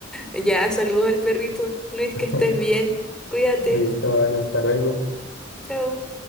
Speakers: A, in the centre; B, on the left (about 70°).
A: Ya, saludo al perrito. Luis,
B: <laughs>
A: que estés bien. Cuídate.
B: Listo, vale, hasta luego.
A: Chao.